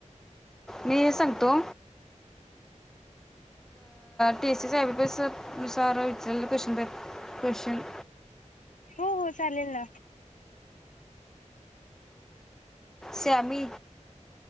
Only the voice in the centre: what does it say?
मी हे सांगतो टीएसी साहेब बस सार विच क्वेशचन पेपर कशन
श्यामी